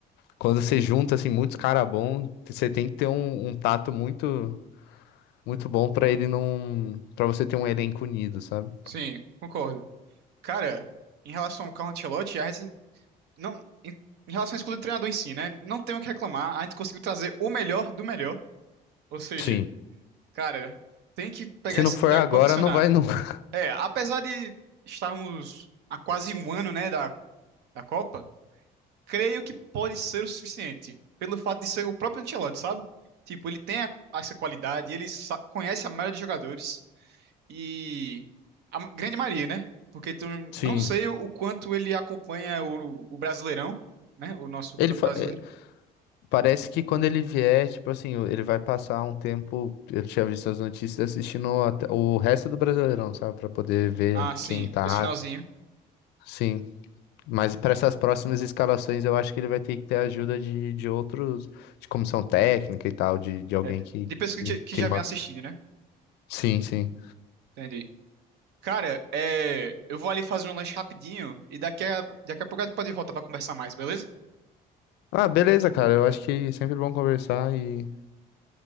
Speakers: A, on the left (about 85°); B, on the right (about 80°).
A: quando você junta, assim, muitos caras bons, você tem que ter um, um tato muito muito bom pra ele não, Pra você ter um elenco unido, sabe?
B: Sim, concordo. Cara, em relação ao Carlo Ancelotti, a gente não. Em, em relação à escolha do treinador em si, né? Não tem o que reclamar. A gente conseguiu trazer o melhor do melhor. Ou seja,
A: Sim.
B: cara, tem que pegar
A: Se
B: esse
A: não for
B: treco
A: agora,
B: pra funcionar.
A: não vai nunca.
B: É, apesar de estarmos há quase um ano, né, da, da Copa, creio que pode ser o suficiente. Pelo fato de ser o próprio Ancelotti, sabe? Tipo, ele tem a- essa qualidade, ele sa- conhece a maioria dos jogadores. e a ma- grande Maria, né? Porque tu,
A: <laughs> Sim.
B: não sei o quanto ele acompanha o, o Brasileirão, né? O nosso Campeonato
A: Ele fa-
B: Brasileiro.
A: é, parece que quando ele vier, tipo assim, ele vai passar um tempo, eu tinha visto as notícias assistindo até o resto do Brasileirão, sabe, Pra poder ver
B: Ah, sim,
A: quem tá.
B: esse finalzinho.
A: Sim. Mas para essas próximas escalações, eu acho que ele vai ter que ter ajuda de, de outros, de comissão técnica e tal, de, de alguém
B: É, de
A: que,
B: de pessoas
A: que,
B: que, que
A: que
B: já
A: man-
B: vem assistindo, né?
A: Sim, sim.
B: Entendi. Cara, é, eu vou ali fazer um lanche rapidinho e daqui a, daqui a pouco a gente pode voltar pra conversar mais, beleza?
A: Ah, beleza, cara. Eu acho que é sempre bom conversar e